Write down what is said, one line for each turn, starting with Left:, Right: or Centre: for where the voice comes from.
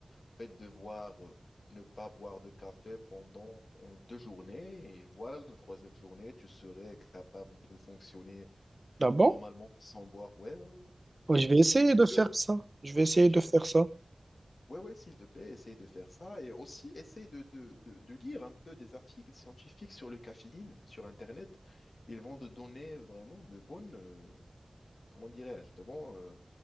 Left: fait devoir euh, ne pas boire de café pendant euh, deux journées et voilà la troisième journée, tu serais capable de fonctionner
Right: Ah bon?
Left: normalement, sans boire. Ouais, ouais, ouais, ouais.
Right: Bon,
Left: En fait,
Right: Je vais
Left: si
Right: essayer
Left: tu, tu
Right: de
Left: peux,
Right: faire ça. Je vais essayer
Left: tu
Right: de faire
Left: peux-
Right: ça.
Left: ouais, ouais, s'il te plaît, essaye de faire ça. Et aussi, essaye de, de, de, de lire un peu des articles scientifiques sur le caféine, sur Internet. Ils vont te donner vraiment de bonnes, euh, comment dirais-je, de bons, euh,